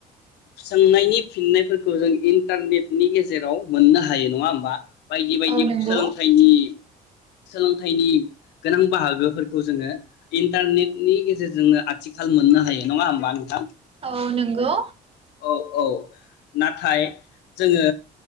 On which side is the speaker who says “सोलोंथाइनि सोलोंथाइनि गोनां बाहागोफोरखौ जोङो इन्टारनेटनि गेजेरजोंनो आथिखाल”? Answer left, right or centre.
Left